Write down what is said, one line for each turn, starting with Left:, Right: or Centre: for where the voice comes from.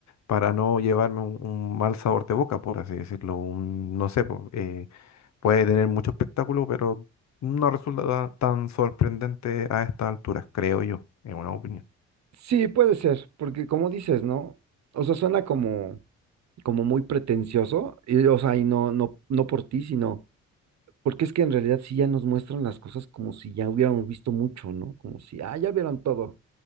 Left: para no llevarme un, un mal sabor de boca, por así decirlo. Un, no sé, po, eh, puede tener mucho espectáculo, pero no resulta ta- tan sorprendente a estas alturas, creo yo, en una opinión.
Right: sí, puede ser, porque como dices, ¿no? O sea, suena como, como muy pretencioso, y, o sea, y no, no, no por ti, sino... Porque es que en realidad sí ya nos muestran las cosas como si ya hubiéramos visto mucho, ¿no? Como si, ah, ya vieron todo.